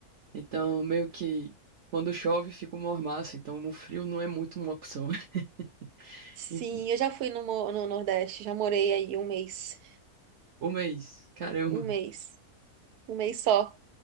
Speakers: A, on the right; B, on the right.
A: então meio que quando chove fica uma mormaço, então o frio não é muito uma opção. <laughs>
B: Sim,
A: E
B: eu já fui no, mo- no Nordeste, já morei aí um mês.
A: o mês, caramba,
B: Um mês. Um mês só.